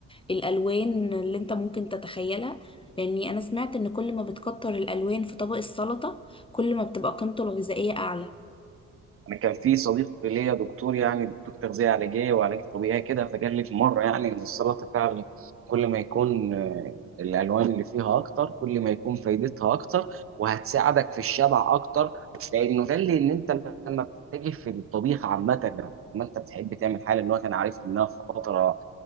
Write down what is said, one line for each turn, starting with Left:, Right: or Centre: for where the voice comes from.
Left: الالوان اللي انت ممكن تتخيلها لاني انا سمعت ان كل ما بتكتر الالوان في طبق السلطة كل ما بتبقى قيمته الغذائية اعلى
Right: انا كان في صديق ليا دكتور يعني دكتور تغذيه علاجيه وعلاج طبيعي كده فقال لي في مره يعني ان السلطه فعلا كل ما يكون آه، الالوان اللي فيها اكتر كل ما يكون فايدتها اكتر وهتساعدك في الشبع اكتر لانه قال لي ان انت لما بتتجه في الطبيخ عامه لما انت بتحب تعمل حاجه ان هو كان عارف ان انا فتره